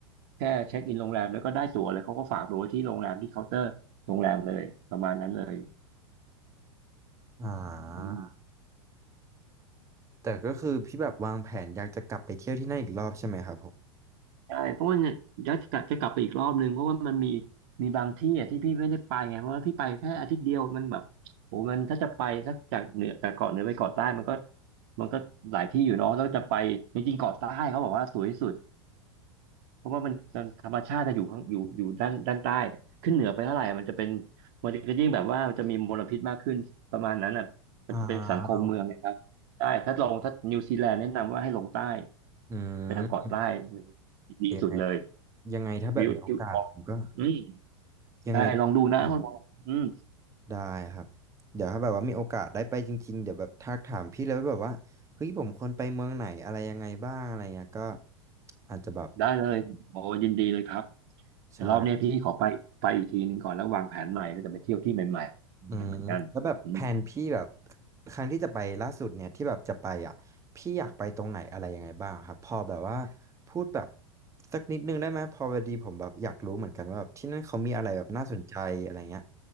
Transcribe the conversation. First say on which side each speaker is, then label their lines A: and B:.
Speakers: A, on the right; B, on the right.
A: แค่เช็คอินโรงแรมแล้วก็ได้ตั๋วเลยเขาก็ฝากตั๋วไว้ที่โรงแรมที่เคาน์เตอร์โรงแรมเลยประมาณนั้นเลย
B: อ่า
A: อืม
B: แต่ก็คือพี่แบบวางแผนอยากจะกลับไปเที่ยวที่นั่นอีกรอบใช่ไหมครับผม
A: ใช่เพราะว่าเนี่ยเดี๋ยวจะกลับจะกลับไปอีกรอบนึงเพราะว่ามันมีมีบางที่อ่ะที่พี่ไม่ได้ไปไงเพราะว่าพี่ไปแค่อาทิตย์เดียวมันแบบโหมันถ้าจะไปสักจากเหนือจากเกาะเหนือไปเกาะใต้มันก็มันก็หลายที่อยู่เนาะแล้วจะไปจริงๆเกาะใต้เขาบอกว่าสวยที่สุดเพราะว่ามันมันธรรมชาติจะอยู่ข้างอยู่อยู่ด้านด้านใต้ขึ้นเหนือไปเท่าไหร่มันจะเป็นมันจะยิ่งแบบว่ามันจะมีมลพิษมากขึ้นประมาณนั้นอ่ะมันจะเป็นสังคมเมืองนะครับใช่ถ้าลงถ้านิวซีแลนด์แนะนำว่าให้ลงใต้
B: อ่าอื
A: ไปทางเกาะใต้
B: ม
A: ดีสุดเลย
B: ยังไงยังไงถ้าแบบมีโอกาสผมก็
A: วิวทิวออกอืม
B: ยังไงถ้ามีโอกาส
A: ใช่ลองดูนะคุณบอลอืม
B: ได้ครับเดี๋ยวถ้าแบบว่ามีโอกาสได้ไปจริงๆเดี๋ยวแบบทักถามพี่แล้วาแบบว่าเฮ้ยผมควรไปเมืองไหนอะไรยังไงบ้างอะไรเงี้ยก็อาจจะแบบ
A: ได้เลยโอ้ยินดีเลยครับแต่รอบเนี้ยพี่ขอไปไปอีกทีหนึ่งก่อนแล้ววางแผนใหม่ก็จะไปเที่ยวที่ใหม่ๆเหมือนกันอืม
B: ใช่ อืมแล้วแบบแผนพี่แบบครั้งที่จะไปล่าสุดเนี่ยที่แบบจะไปอ่ะพี่อยากไปตรงไหนอะไรยังไงบ้างครับพอแบบว่าพูดแบบสักนิดนึงได้ไหมพอพอดีผมแบบอยากรู้เหมือนกันว่าแบบที่นั่นเขามีอะไรแบบน่าสนใจอะไรเงี้ย